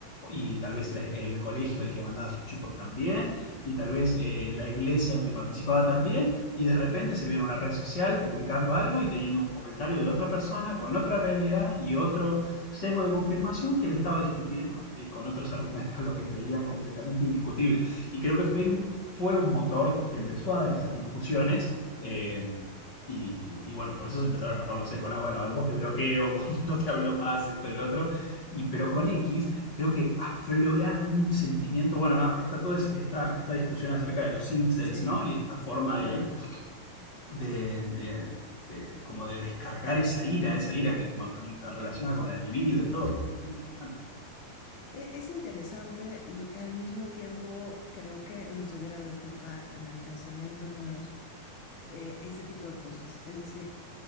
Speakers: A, on the left; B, on the left.
A: Y tal vez la- el colegio al que mandaba a sus chicos también, y tal vez eh, la iglesia donde participaba también, y de repente se vio en una red social publicando algo y teniendo un comentario de otra persona con otra realidad y otro, sesgo de confirmación que él estaba discutiendo eh, con otros <laughs> argumentos, lo que creía completamente indiscutible. Y creo que Facebook fue un motor que empezó a dar esas discusiones. eh, y, y bueno, por eso se empezaron a armar los sesgos. No, bueno, vos te bloqueo, <laughs> vos no te hablo más, esto, el otro. Y pero con X creo que aflora un sentimiento. Bueno, no, está toda esta, esta discusión acerca de los incels,
B: Sí,
A: ¿no? Y esta forma
B: claro.
A: de de, de, de- como de descargar esa ira, esa ira que bueno, también está relacionada con la libido y todo. Es muy interesante.
B: E- Es interesante y al mismo tiempo creo que nos debiera de ocupar en el pensamiento al menos eh, este tipo de cosas. Es decir,